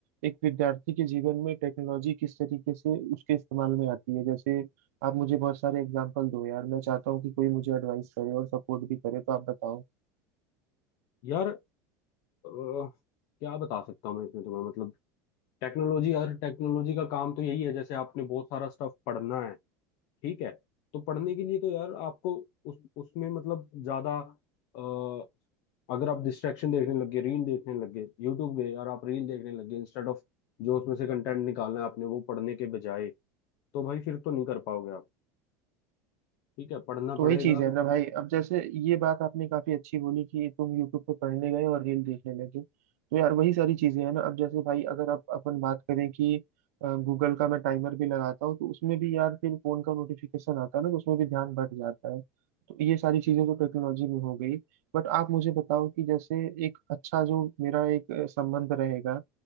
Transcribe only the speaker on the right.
एक विद्यार्थी के जीवन में टेक्नोलॉजी किस तरीके से उसके इस्तेमाल में आती है जैसे आप मुझे बहुत सारे एग्जाम्पल दो यार मैं चाहता हूँ कि कोई मुझे एडवाइस करे और सपोर्ट भी करे तो आप बताओ
तो
वही चीज है ना भाई अब जैसे ये बात आपने काफी अच्छी बोली कि तुम यूट्यूब पे पढ़ने गए और रील देखने लगे तो यार वही सारी चीजें हैं ना अब जैसे भाई अगर आप अपन बात करें कि गूगल का मैं टाइमर भी लगाता हूँ तो उसमें भी यार फिर फोन का नोटिफिकेशन आता है ना तो उसमें भी ध्यान भट जाता है तो ये सारी चीजें तो टेक्नोलॉजी में हो गई बट आप मुझे बताओ कि जैसे एक अच्छा जो मेरा एक अ, संबंध रहेगा